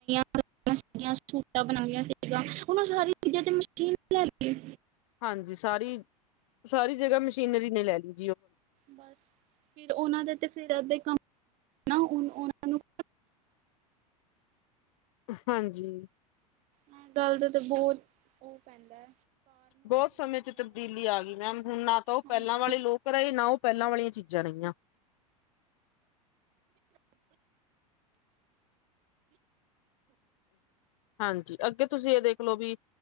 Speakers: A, on the right; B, on the left.
A: <inaudible> ਬਣਾਈਆਂ ਸੀਗਾ ਹੁਣ ਉਹ ਸਾਰੀਆਂ ਚੀਜ਼ਾਂ ਤੇ ਮਸ਼ੀਨ ਲੈ ਗਈ।
B: ਹਾਂਜੀ ਸਾਰੀ -ਸਾਰੀ ਜਗ੍ਹਾ ਮਸ਼ੀਨਰੀ ਨੇ ਲੈ ਲੀ।
A: ਬਸ ਫਿਰ ਉਹਨਾਂ ਦੇ ਤੇ ਫੇਰ ਅੱਧੇ ਕੰਮ ਨਾ ਹੁਣ ਉਨ੍ਹਾਂ ਨੂੰ-
B: ਹਾਂਜੀ
A: ਹ ਗੱਲ ਦਾ ਤਾਂ ਬਹੁਤ ਉਹ ਪੈਂਦਾ ਐ।
B: ਬਹੁ ਸਮੇਂ 'ਚ ਤਬਦੀਲੀ ਆ ਗਈ। ਮੈਮ ਹੁਣ ਨਾ ਤਾਂ ਉਹ
A: ਹਾਂਜੀ
B: ਪੈਲਾਂ ਵਾਲੇ ਲੋਕ ਰਹੇ। ਨਾ ਉਹ- ਪਹਿਲਾ ਵਾਲੀਆਂ ਚੀਜ਼ਾਂ ਰਹੀਆਂ। ਹਾਂਜੀ ਅੱਗੇ ਤੁਸੀਂ ਇਹ ਦੇਖ ਲਓ ਵੀ।